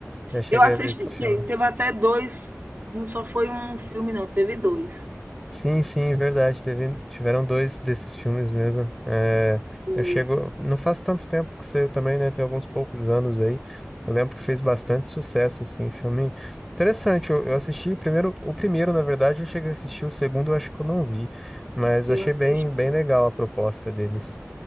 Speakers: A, in the centre; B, on the right.
A: Já cheguei
B: Eu assisti.
A: a ver esse filme.
B: Te- Teve até dois. Não só foi um filme, não. Teve dois.
A: Sim, sim, verdade. Teve, tiveram dois desses filmes mesmo. É,
B: Foi.
A: eu chego. Não faz tanto tempo que saiu também, né? Tem alguns poucos anos aí. Eu lembro que fez bastante sucesso, assim, filme. Interessante, eu, eu assisti primeiro, o primeiro, na verdade, eu cheguei a assistir, o segundo eu acho que eu não vi, mas eu
B: Eu
A: achei
B: assisti.
A: bem, bem legal a proposta deles.